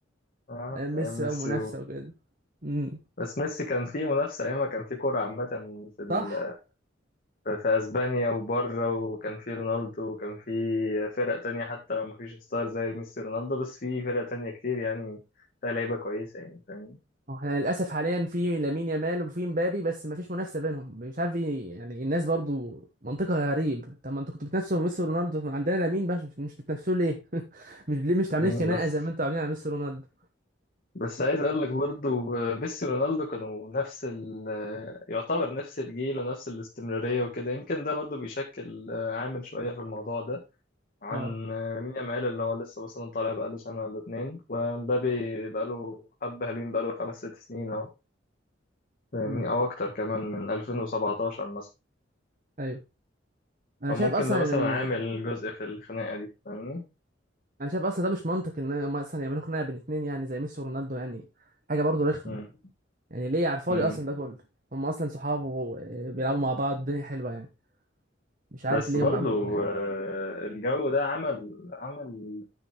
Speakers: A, on the left (about 45°); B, on the right (about 45°).
A: اه
B: ايام ميسي
A: ايام ميسي
B: بقى ومنافسة وكده امم
A: بس ميسي كان فيه منافسة أيامها كان فيه كورة عامة في ال...
B: صح
A: في أسبانيا وبره وكان فيه رونالدو وكان فيه فرق تانية حتى لو مفيش ستار زي ميسي ورونالدو بس فيه فرق تانية كتير يعني فيها لعيبة كويسة يعني فاهم
B: هو احنا للاسف حاليا في لامين يامال وفي مبابي بس مفيش منافسه بينهم مش عارف ايه يعني الناس برضو منطقها غريب طب ما انتوا كنتوا بتنافسوا ميسي رونالدو ما عندنا لامين بقى مش مش بتنافسوه ليه <laughs> مش ليه مش عاملين
A: مم،
B: خناقه
A: بس
B: زي ما انتوا عاملين على ميسي رونالدو
A: بس عايز أقول لك برضو آه، ميسي ورونالدو كانوا نفس ال... آه، يعتبر نفس الجيل ونفس الاستمرارية وكده يمكن ده برضو بيشكل آه، عامل شوية في الموضوع ده عن
B: اه
A: مين يامال اللي هو لسه مثلا طالع بقاله سنة ولا اتنين ومبابي بقاله حبة حلوين بقاله خمس ست سنين أهو فاهمني
B: مم.
A: أو أكتر كمان من 2017 مثلا
B: ايوه انا
A: فممكن
B: شايف اصلا
A: ده مثلا
B: ان
A: عامل جزء في الخناقة دي فاهمني
B: انا شايف اصلا ده مش منطق ان هم اصلا يعملوا خناقه بين اتنين يعني زي ميسي ورونالدو يعني حاجه برضو رخمه
A: مم.
B: يعني ليه على الفاضي
A: مم.
B: اصلا ده كله هم اصلا صحاب وبيلعبوا مع بعض الدنيا حلوه يعني مش عارف
A: بس
B: ليه
A: برضو
B: هم عملوا خناقه
A: آه، الجو ده عمل عمل